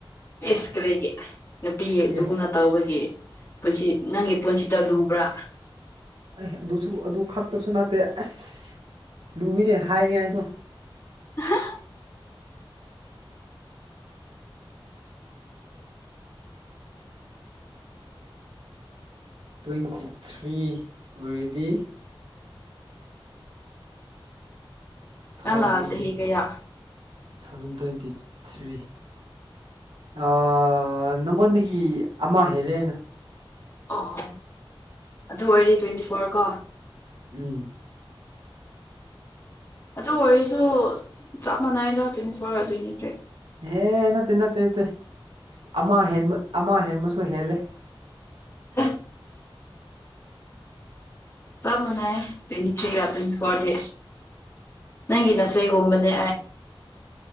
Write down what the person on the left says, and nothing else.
ꯏꯁ ꯀꯔꯤꯒꯤ ꯅꯨꯄꯤ
ꯂꯨꯅ ꯇꯧꯕꯒꯤ ꯄꯨꯟꯁꯤ ꯅꯪꯒꯤ ꯄꯨꯟꯁꯤꯗ ꯂꯨꯕ꯭ꯔꯥ
ꯍꯥ
ꯅꯪꯅ ꯆꯍꯤ
ꯀꯌꯥ
ꯑꯣ ꯑꯗꯨ ꯑꯣꯏꯦ ꯇ꯭ꯋꯦꯟꯇꯤ ꯐꯣꯔ ꯀꯣ
ꯑꯗꯨ ꯑꯣꯏꯔꯁꯨ ꯆꯞ ꯃꯥꯟꯅꯩꯗ ꯀꯩꯝ ꯑꯣꯏꯔꯛꯗꯣꯏꯅꯤ
ꯑ ꯇ ꯃꯅ ꯇꯅꯤꯁꯤ ꯌꯥ ꯑꯗꯨ ꯐꯗꯤ ꯅꯪꯒꯤꯤ ꯅꯁꯦ ꯀꯨꯝꯕꯅꯦ